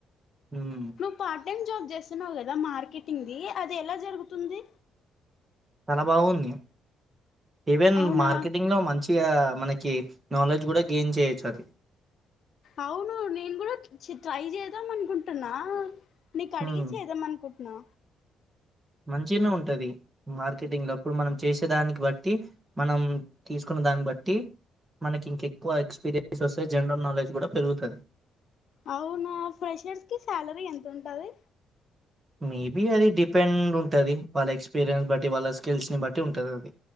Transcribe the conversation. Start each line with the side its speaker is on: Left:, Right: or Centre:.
Right: హ్మ్.
Left: నువ్ పార్ట్ టైమ్ జాబ్ చేస్తుాన్నావు కదా కా మార్కెటింగ్దిి అది ఎలా జరుగుతుంది
Right: ఆ బాగుంది ఈవెన్
Left: అవునా
Right: మార్కెటింగ్ లో మంచిగా మనక్ కి నాలెడ్జ్ కూడా గెన్ చేయొచ్చు అది.
Left: అవును నేను కూడా ట్రై చేద్దాం అనుకుంటున్నా నీకి
Right: హ్మ్.
Left: అడిగి చేద్దాం అనుకుంటున్నా
Right: మంచిగనే ఉంటది మార్కెటింగ్ లో ఇప్పుడు మనం చేసేదానికి బట్టి మనం తీసుకున్న దా దాన్ని బట్టి మనకి ఇంక ఎక్కువ ఎక్స్పీరియన్స్ వస్తే జనరల్ నాలెడ్జ్ కూడా పెరుగుతది
Left: అవునా ఫ్రెషర్స్ కి శాలరీ ఎంత ఉంటది
Right: మేబి అది డిపెండ్ ఉంటది వాళ్ళ ఎక్స్పీరియన్స్ బట్టి వాళ్ళ స్కిల్స్ ని బట్టి ఉంటది అది